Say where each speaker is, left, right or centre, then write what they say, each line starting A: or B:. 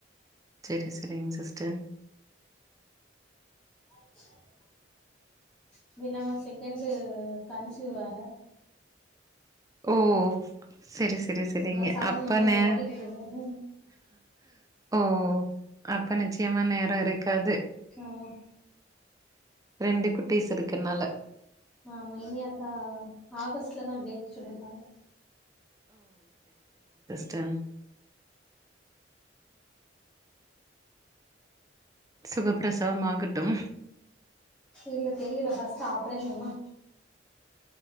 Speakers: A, on the right; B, in the centre.
A: சரி சரிங்க சிஸ்டர்
B: <inaudible> அது இல்லாம செகண்ட் கன்சீவ் வேற
A: ஓ சரி சரி சரிங்க
B: ஆ செவன்
A: அப்ப
B: மந்த் அப்டி
A: நே
B: ஓடிட்டு இருக்கு
A: ஓ அப்ப நிச்சயமா நேர இருக்காது
B: ஆமா
A: ரெண்டு குட்டீஸ் இருக்கர்னால
B: அமைதியா இருக்கா ஆகஸ்ட்லதா டேட் சொல்லியிருக்காங்க
A: டம் சுகப்பிரசவம் ஆகட்டும்
B: இல்ல தெரியல ஃபர்ஸ்ட் ஆப்ரேஷன்மா